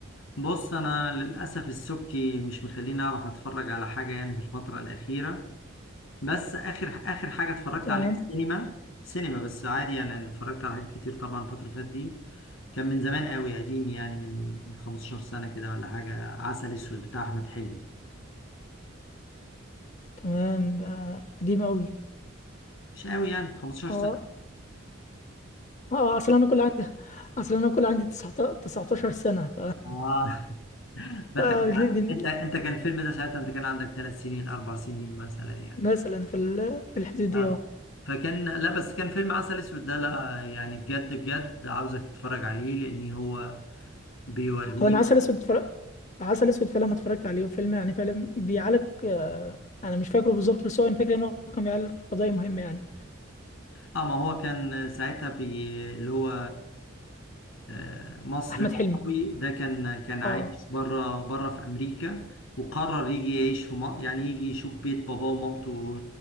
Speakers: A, on the left; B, on the left.
A: بص انا للاسف السبكي مش مخليني اعرف اتفرج على حاجه يعني في الفتره الاخيره بس اخر اخر حاجه اتفرجت
B: تمام
A: عليها السينما سينما بس عادي يعني انا اتفرجت على حاجات كتير طبعا الفتره اللي فاتت دي كان من زمان قوي قديم يعني من من 15 سنه كده ولا حاجه عسل اسود بتاع احمد حلمي
B: تمام ده قديم قوي
A: مش قوي يعني 15
B: اه
A: سنه
B: اه اصلا انا كل عندي اصلا انا كل عندي 19 19 سنة
A: اه <laughs> فانت
B: ف... <laughs>
A: كان ع- انت انت كان الفيلم ده ساعتها انت كان عندك ثلاث سنين اربع سنين مثلا يعني
B: مثلا في ال- في الحدود
A: اه
B: دي اه
A: فكان لا بس كان فيلم عسل اسود ده لا يعني بجد بجد عاوزك تتفرج عليه لان هو بيوريك
B: هو انا عسل اسود اتفرج عسل اسود فعلا اتفرجت عليه وفيلم يعني فعلا بيعالج آه، انا مش فاكره بالظبط بس هو انا فاكر ان هو كان بيعالج قضيه مهمه يعني
A: اه ما هو كان ساعتها بي... اللي هو آه، مصر
B: احمد
A: العربي
B: حلمي
A: ده كان كان عايش
B: اه
A: بره بره في امريكا وقرر يجي يعيش في مصر يعني يجي يشوف بيت باباه ومامته